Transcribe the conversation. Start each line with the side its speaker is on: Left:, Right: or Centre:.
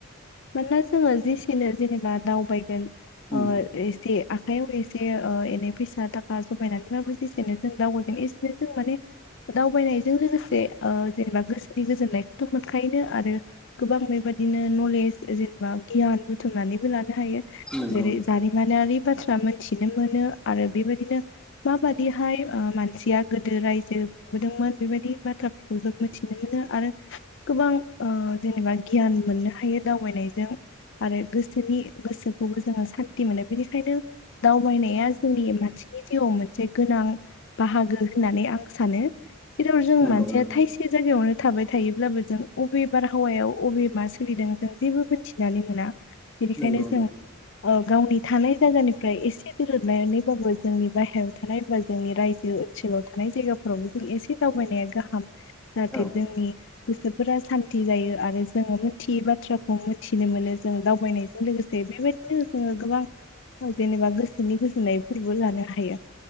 Left: मानोना जोङो जेसेनो जेनेबा दावबायगोन।
Centre: उम
Left: अ एसे। आखाइयाव एसे ओ एनै फैसा थाखा जमायनानैबाबो जेसेनो जों दावबायोन एसेनो जों माने दावबायनायजों लोगोसे ओ जेनेबा गोसो गोजोननायखौथ'। बेनो आरो। गोबां बेबायदिनो नलेज जेनेबा गियान बुथुमनानैबो लानो। हायो
Centre: नंगौ
Left: जेरै जारिमिनारि। बाथ्रा मोनथिनो मोनो। आरो बेबायदिनो। माबादिहाय ओ मानसिया गोदो रायजो खुंबोदोंमोन बेबायदि बाथ्राफोरखौ जों मिथिनो मोनो आरो। गोबां ओ जेनेबा गियान मोननो हायो दावबायनायजों आरो। गोसोनि गोसोखौबो। जोङो सान्थि मोनो बेनिखायनो दावबायनाया जोंनि मानसिनि जिउआव मोनसे गोनां बाहागो होननानै आं सानो। जेराव जों
Centre: नंगौ
Left: मानसिया थायसे जायगायावनो। थाबाय थायोब्लाबो। जों अबे बारहावायाव अबे मा सोलिदों जों जेबो मोनथिनानै मोना। बिनिखायनो
Centre: नंगौ
Left: जों
Centre: नंगौ
Left: गावनि थानाय जायगानिफ्राय एसे दोरदनानैबाबो जोंनि बाहेरायाव थानाय बा जोंनि रायजो ओनसोलाव थानाय जायगाफोरावबो जों एसे दावबायनाया गाहाम। जाहाथे
Centre: औ
Left: जोंनि गोसोफोरा सान्थि जायो आरो जोङो मिथियै बाथ्राखौ मिथिनो मोनो जों दावबायनायजों लोगोसे बेबायदिनो जोङो गोबां जेनेबा गोसोनि गोजोननायफोरबो लानो हायो।